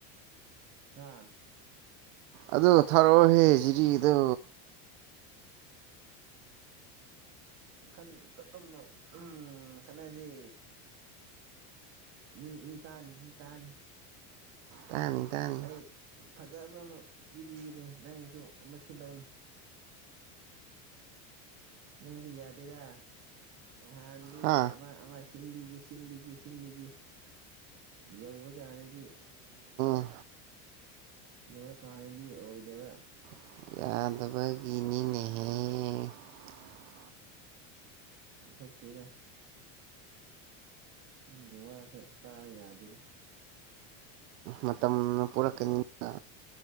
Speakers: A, on the right; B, on the right.
A: ꯑꯥ
B: ꯑꯗꯨ ꯊꯥꯔꯛꯑꯣꯍꯦ ꯖꯤꯔꯤ ꯒꯤꯗꯣ
A: ꯎ ꯇꯞ ꯇꯞꯅ ꯎꯝ ꯈꯠꯅꯁꯤ ꯃꯤ ꯃꯤ ꯇꯥꯅꯤ ꯃꯤ ꯇꯥꯅꯤ
B: ꯇꯥꯅꯤ ꯇꯥꯅꯤ
A: ꯑꯩ ꯐꯖꯕ ꯑꯃ ꯄꯤꯕꯤꯒꯦꯅꯦ ꯅꯪꯅꯁꯨ ꯑꯃꯨ ꯁꯤꯜꯂꯛ ꯑꯣꯅꯦ ꯅꯪꯁꯨ ꯌꯥꯗꯦꯗ ꯅꯍꯥꯟꯗꯤ
B: ꯍꯥ
A: ꯑꯃ ꯑꯃ ꯁꯤꯟꯕꯤꯒꯦ ꯁꯤꯟꯕꯤꯒꯦ ꯁꯤꯟꯕꯤꯒꯦ ꯌꯧꯔ ꯀꯥꯟꯗꯗꯤ
B: ꯗ
A: ꯌꯧꯔꯛꯀꯥꯟꯗꯗꯤ ꯑꯣꯏꯗꯕ
B: ꯌꯥꯗꯕꯒꯤꯅꯤꯅꯦꯍꯦ
A: ꯑꯣꯏꯊꯣꯛ ꯇꯦꯗꯥ ꯅꯒꯤ ꯋꯥꯁꯨ ꯇꯥꯕ ꯌꯥꯗꯦꯗ
B: ꯃꯇꯝꯅ ꯄꯣꯔꯛꯀꯅꯤꯗ